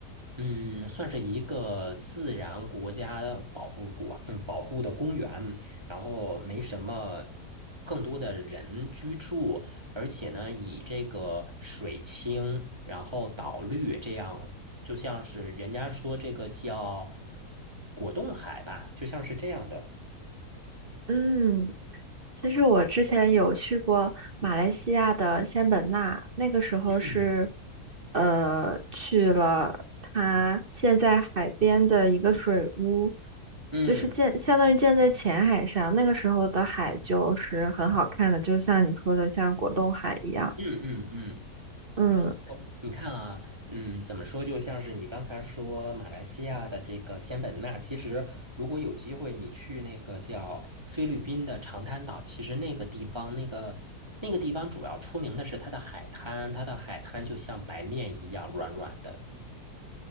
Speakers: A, on the right; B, on the right.
A: 嗯，算是一个自然国家保护国，嗯，保护的公园。然后没什么更多的人居住，而且呢，以这个水清，然后岛绿这样，就像是人家说这个叫果冻海吧，就像是这样的。
B: 嗯，其实我之前有去过马来西亚的仙本那，那个时候是，
A: 嗯
B: 呃，去了它建在海边的一个水屋，
A: 嗯
B: 就是建相当于建在浅海上。那个时候的海就是很好看的，就像你说的，像果冻海一样。
A: 嗯嗯嗯，
B: 嗯，
A: 哦，你看啊，嗯，怎么说？就像是你刚才说马来西亚的这个仙本那，其实如果有机会，你去那个叫菲律宾的长滩岛，其实那个地方，那个那个地方主要出名的是它的海滩，它的海滩就像白面一样软软的。